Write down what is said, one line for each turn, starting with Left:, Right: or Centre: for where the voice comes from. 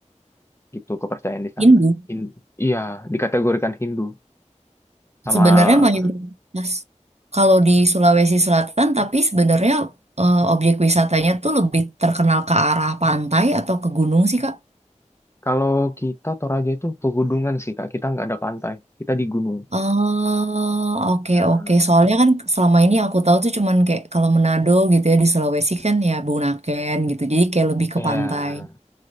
Left: gitu kepercayaan di sana.
Right: Hindu
Left: Hin- iya, dikategorikan Hindu sama
Right: sebenarnya mayoritas kalau di Sulawesi Selatan tapi sebenarnya eh, objek wisatanya tuh lebih terkenal ke arah pantai atau ke gunung sih, Kak?
Left: Kalau kita Toraja itu pegunungan sih Kak, kita nggak ada pantai, kita di gunung.
Right: Oh, oke
Left: Nah,
Right: oke. Soalnya kan selama ini yang aku tahu tuh cuman kayak kalau Manado gitu ya di Sulawesi kan ya Bunaken gitu. Jadi kayak lebih
Left: Ya,
Right: ke pantai.